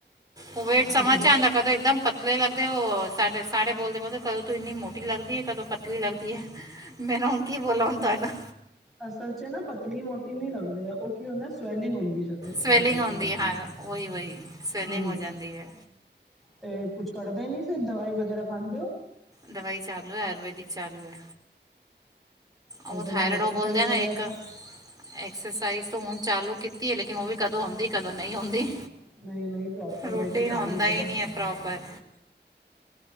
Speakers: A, on the right; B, in the centre.
A: ਉਹ ਵੇਟ ਸਮਝ'ਚ
B: ਤੁਸੀਂ ਦ
A: ਆਂਦਾ। ਕਦੋਂ ਇਕਦਮ ਪਤਲੇ ਲੱਗਦੇ ਐ, ਸਾਰੇ-ਸਾਰੇ ਬੋਲਦੇ-ਬੋਲਦੇ ਕਦੋ ਤੂੰ ਇੰਨੀ ਮੋਟੀ ਲੱਗਦੀ ਏ, ਕਦੋਂ ਪਤਲੀ ਲੱਗਦੀ ਐ, ਮੈ ਨਾ ਹੁਣ ਕੀ ਬੋਲਾ ਹੁਨ ਤੁੂਹਾਡੇ ਨਾਲ।
B: ਅਸਲ'ਚ ਨਾ ਪਤਲੀ-ਮੋਟੀ ਨੀ ਲੱਗਦੇ, ਉਹ ਕੀ ਹੁੰਦਾ ਸਵੈਲਿੰਗ ਹੁੰਦੀ। ਸਾਡੇ
A: ਸਵੈਲਿੰਗ
B: ਸਾਡੇ
A: ਹੁੰਦੀ
B: ਸਰੀਰ
A: ਏ,
B: 'ਚ
A: ਹਾਂ, ਵੋਈ-ਵੋਹੀ ਸਵੈਲਿੰਗ
B: ਹਮ
A: ਹੋ ਜਾਂਦੀ ਏ।
B: ਤੇ ਕੁੱਝ ਕਰਦੇ ਨੀ, ਫਿਰ ਦਵਾਈ ਵਗੈਰਾ ਖਾਂਦੇ ਓ?
A: ਦਵਾਈ ਚਾਲੂ ਐ, ਆਯੁਰਵੈਦਿਕ ਚਾਲੂ ਐ।
B: ਤੇ
A: ਉਹ
B: ਉਹਦੇ
A: ਥਾਇਰਇਡ
B: ਨਾਲ ਐਕਸਰਸਾਈਜ਼
A: ਉਹ ਬੋਲਦੇ ਨਾ,
B: ਵਗੈਰਾ
A: ਇੱਕ ਐਕਸਰਸਾਈਜ਼ ਤੋ ਹੁਣ ਚਾਲੂ ਕੀਤੀ ਏ, ਲੇਕਿਨ ਉਹ ਵੀ ਕਦੋਂ ਹੁੰਦੀ, ਕਦੋਂ ਨਹੀਂ ਹੁੰਦੀ।
B: ਨਹੀਂ-ਨਹੀਂ ਪ੍ਰੋਪਰ
A: ਰੂਟੀਨ
B: ਵੇ'ਚ ਚਾਲੂ
A: ਹੁੰਦਾ
B: ਕਰੋ।
A: ਹੀ ਨਹੀਂ ਹੈ ਪ੍ਰੋਪਰ।